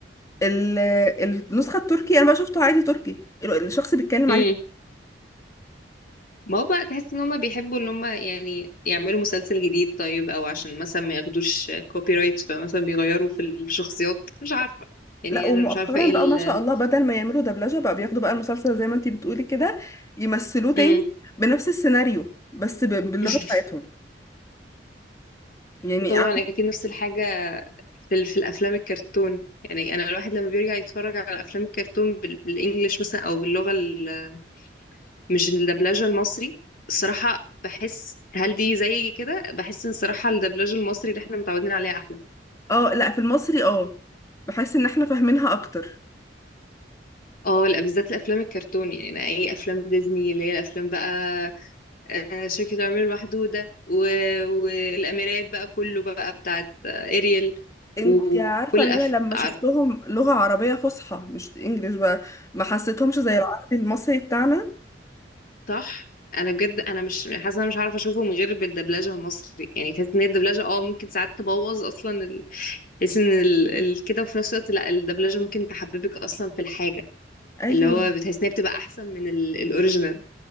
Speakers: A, on the left; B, on the left.
A: ال- النسخه التركي انا بقى شفته عادي تركي ال- الشخص بيتكلم
B: امم
A: عادي
B: ما هو بقى تحس ان هم بيحبوا ان هم يعني يعملوا مسلسل جديد طيب او عشان مثلا ما ياخدوش كوبي رايت فمثلا بيغيروا في الشخصيات مش عارفة يعني
A: لا ومؤخرا
B: انا مش عارفة ايه ال
A: بقى ما شاء الله بدل ما يعملوا دبلجة بقى بياخدوا بقى المسلسل زي ما انتي بتقولي كده يمثلوه تاني
B: امم
A: بنفس السيناريو بس ب- باللغة
B: <laughs>
A: بتاعتهم يعني
B: وطبعا
A: عم-
B: اكيد نفس الحاجه في ال- في الافلام الكرتون يعني انا الواحد لما بيرجع يتفرج على افلام الكرتون بال- بالانجلش مثلا او باللغه ال- مش الدبلجه المصري الصراحه بحس هل دي زي كده بحس ان الصراحه الدبلجه المصري اللي احنا متعودين عليها احلى
A: اه لا في المصري اه بحس ان احنا فاهمينها اكتر
B: اه لا بالذات الافلام الكرتون يعني اي افلام ديزني اللي هي الافلام بقى آه، شركه العمير المحدوده و- والاميرات بقى كله بقى بتاعت آه، اريل
A: انتي
B: وكل
A: عارفة ان
B: الأف...
A: انا لما
B: عارف
A: شفتهم لغة عربية فصحى مش انجليش بقى ما حسيتهمش زي العربي المصري بتاعنا
B: صح انا بجد انا مش حاسه انا مش هعرف اشوفه من غير بالدبلجه المصري يعني تحس ان هي الدبلجه اه ممكن ساعات تبوظ اصلا ال... تحس ان ال... ال... كده وفي نفس الوقت لا الدبلجه ممكن تحببك اصلا في الحاجه
A: ايوه
B: اللي هو بتحس ان هي بتبقى احسن من ال... الاوريجينال